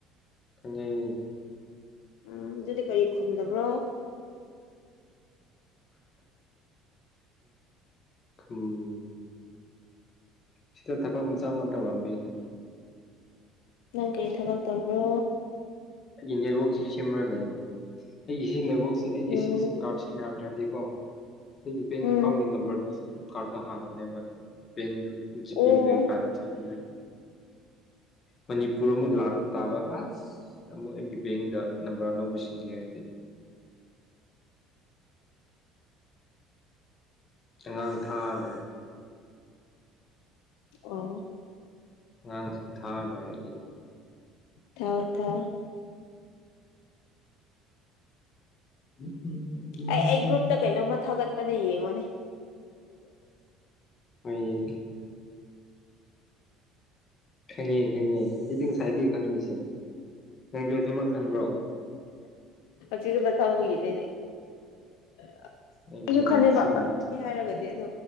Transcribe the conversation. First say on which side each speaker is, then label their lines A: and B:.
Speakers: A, on the left; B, on the left.
A: ꯑ <inaudible>
B: ꯎꯝ ꯑꯗꯨꯗꯤ ꯀꯔꯤ ꯈꯨꯝꯗꯕ꯭ꯔꯣ
A: ꯎꯝ ꯁꯤꯗ ꯊꯕꯛ ꯃꯆꯥ ꯑꯃ ꯇꯧꯔꯝꯕꯅꯦ
B: ꯅꯪ ꯀꯔꯤ ꯊꯕꯛ ꯇꯧꯕ꯭ꯔꯣ
A: ꯑꯩꯒꯤ ꯅꯦꯠꯋꯥꯛꯛꯁꯤ ꯁꯦꯝꯃꯒ ꯂꯩꯕ ꯑꯩꯒꯤ ꯁꯤ ꯅꯦꯠꯋꯥꯛꯁꯤ ꯑꯩꯒꯤ
B: ꯎꯝ
A: ꯁꯤ ꯁꯤꯝ ꯀꯥꯔꯠꯁꯦ ꯌꯥꯗꯔꯦ ꯗꯤ ꯀꯣ ꯑꯩꯒꯤ ꯕꯦꯡ
B: ꯎꯝ
A: ꯑꯦꯀꯥꯎꯟꯒꯤ ꯅꯝꯕꯔꯗꯣ ꯀꯥꯔꯠꯇ ꯍꯥꯡꯕꯅꯦꯕ ꯑꯗꯣ ꯄꯦꯟꯗꯣ ꯖꯤꯄꯦ
B: ꯑꯣ
A: ꯀꯩꯀ ꯆꯪꯉꯥꯝꯅꯤ ꯃꯅꯤꯄꯨꯔ ꯑꯃꯨꯛ ꯂꯥꯛꯄ ꯇꯥꯕ ꯑꯁ ꯑꯃꯨꯛ ꯑꯩꯒꯤ ꯕꯦꯡꯗ ꯅꯝꯕꯔ ꯑꯅꯧꯕ ꯁꯤꯟꯒꯦ ꯍꯥꯏꯗꯤ ꯑꯉꯥꯡ ꯊꯥ ꯂꯣꯢꯔꯦ
B: ꯑꯣ
A: ꯑꯉꯥꯡꯁꯤꯡ ꯊꯥꯔ ꯂꯣꯢꯔꯦ ꯀꯩꯅꯣ
B: ꯊꯥꯎ ꯊꯥꯎ
A: ꯎꯝ ꯎꯝ ꯎꯝ
B: ꯑꯩ ꯑꯩ ꯒ꯭ꯔꯨꯞꯇ ꯀꯩꯅꯣꯝꯃ ꯊꯥꯒꯠꯄꯅ ꯌꯦꯡꯉꯣꯅꯦ
A: ꯍꯣꯢ ꯌꯦꯡꯀꯦ ꯈꯪꯉꯤ ꯈꯪꯉꯤ ꯑꯩꯗꯤ ꯉꯁꯥꯏꯗꯒꯤ ꯈꯪꯉꯦꯁꯦ ꯅꯪꯗꯦ ꯁꯤꯃꯛ ꯈꯪꯕ꯭ꯔꯣ
B: ꯆꯤꯗ ꯀꯝꯃꯒꯅꯤꯅꯦ <inaudible>
A: ꯑꯩꯒꯤ
B: ꯑꯩꯁꯨ
A: ꯃꯤꯡꯁꯤ
B: ꯈꯜꯂꯦꯕ
A: ꯀꯩꯅꯣꯁꯦ
B: ꯍꯥꯏꯔꯒꯗꯤ ꯑꯗꯣ